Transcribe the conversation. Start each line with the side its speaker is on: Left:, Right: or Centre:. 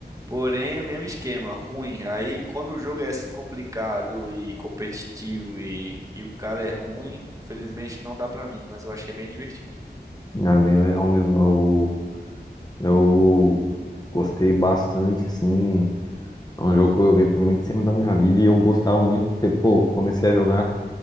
Right: porém, o mesmo esquema, ruim. Aí, quando o jogo é assim complicado e competitivo e, e o cara é ruim, infelizmente não dá pra mim, mas eu achei bem divertido.
Left: É bem legal mesmo. Eu, eu gostei bastante, assim. É um jogo que eu joguei por muito tempo da minha vida e eu gostava muito, porque, pô, eu comecei a jogar.